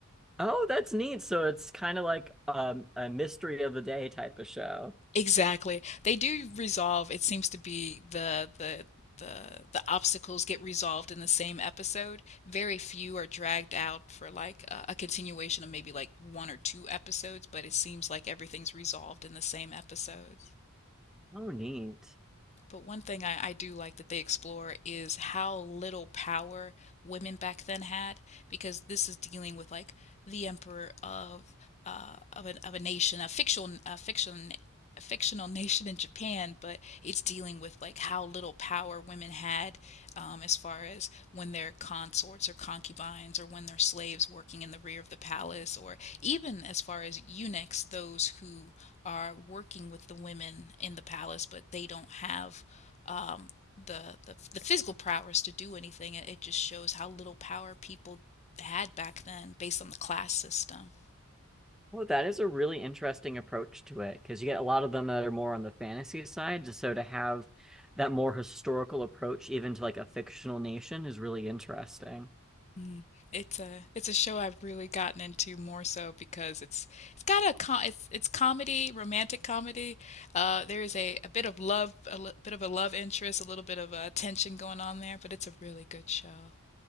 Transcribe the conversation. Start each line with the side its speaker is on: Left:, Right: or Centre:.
Centre: Oh, that's neat. So it's kind of like um a mystery of the day type of show.
Left: Exactly. They do resolve, it seems to be the the the the obstacles get resolved in the same episode. Very few are dragged out for like a, a continuation of maybe like one or two episodes, but it seems like everything's resolved in the same episodes.
Centre: Oh, neat.
Left: But one thing I, I do like that they explore is how little power women back then had, because this is dealing with like the emperor of uh, of a of a nation, a fictional a fiction a fictional <laughs> nation in Japan, but it's dealing with like how little power women had um, as far as when they're consorts or concubines or when they're slaves working in the rear of the palace, or even as far as eunuchs, those who are working with the women in the palace, but they don't have um, the, the the physical prowess to do anything. It, just shows how little power people had back then, based on the class system.
Centre: Well, that is a really interesting approach to it because you get a lot of them that are more on the fantasy side. So to have that more historical approach, even to like a fictional nation, is really interesting.
Left: Mm. It's a it's a show I've really gotten into more so because it's it's got a com it's it's comedy, romantic comedy. Uh, there is a, a bit of love, a li- bit of a love interest, a little bit of a tension going on there, but it's a really good show.